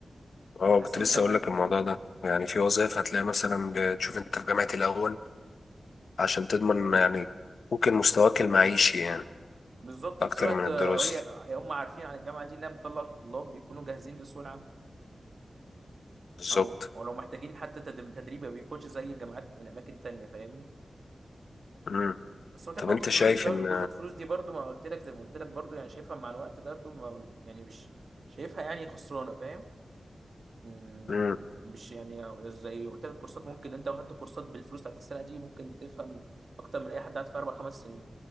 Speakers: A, on the left (about 80°); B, on the right (about 60°).
A: اه
B: على حسب
A: كنت لسه
B: الجامعه
A: اقول
B: اللي
A: لك
B: انت
A: الموضوع
B: فيها
A: ده يعني في وظائف هتلاقي مثلا بتشوف انت في جامعة الاول عشان تضمن يعني ممكن مستواك المعيشي يعني
B: بالظبط
A: اكتر
B: نفس الوقت
A: من الدراسي
B: آه، هي هم عارفين عن الجامعه دي انها بتطلع طلاب بيكونوا جاهزين لسوق العمل
A: بالظبط
B: او او لو محتاجين حتى تد- تدريب ما بيكونش زي الجامعات من اماكن تانية فاهمني
A: مم.
B: بس قلت
A: طب
B: لك نقطة
A: انت
B: الفلوس
A: شايف
B: ده
A: ان
B: نقطة الفلوس دي برضو ما قلت لك زي ما قلت لك برضو يعني شايفها مع الوقت ده برضو ما يعني مش شايفها يعني خسرانة فاهم مم،
A: مم.
B: مش يعني زي قلت لك كورسات ممكن انت واخدت كورسات بالفلوس بتاعت السنة دي ممكن تفهم اكتر من اي حد قعد في اربع خمس سنين